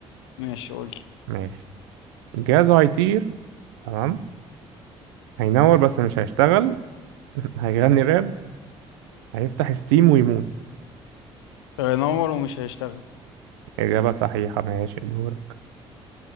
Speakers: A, on the left (about 90°); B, on the right (about 85°).
A: ماشي قول
B: ماشي الجهاز هيطير تمام هينور بس مش هيشتغل <laughs> هيغني راب هيفتح ستيم ويموت
A: هينور ومش هيشتغل
B: إجابة صحيحة ماشي دورك